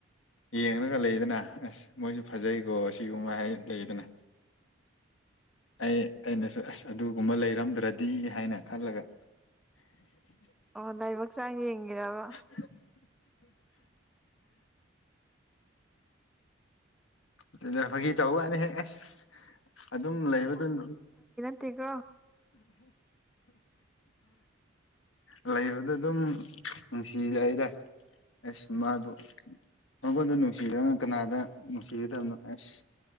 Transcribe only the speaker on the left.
ꯌꯦꯡꯂꯒ ꯂꯩꯗꯅ ꯑꯁ ꯃꯣꯏꯁꯨ ꯐꯖꯩꯀꯣ ꯑꯁꯤꯒꯨꯝꯕ ꯍꯥꯏ ꯂꯩꯗꯅ ꯑꯩ ꯑꯩꯅꯁꯨ ꯑꯁ ꯑꯗꯨꯒꯨꯝꯕ ꯂꯩꯔꯝꯗ꯭ꯔꯗꯤ ꯍꯥꯏꯅ ꯈꯜꯂꯒ
<inaudible> ꯑꯗꯨꯗ ꯐꯒꯤ ꯇꯧꯕꯅꯦꯍꯦ ꯑꯁ ꯑꯗꯨꯝ ꯂꯩꯕ ꯑꯗꯨꯝ
<inaudible> ꯂꯩꯕꯗ ꯑꯗꯨꯝ ꯅꯨꯡꯁꯤꯔꯛꯏꯗ ꯑꯦꯁ ꯃꯥꯗꯨ ꯃꯉꯣꯟꯗ ꯅꯨꯡꯁꯤꯗꯅ ꯀꯅꯥꯗ ꯅꯨꯡꯁꯤꯒꯗꯕꯅꯣ ꯑꯁ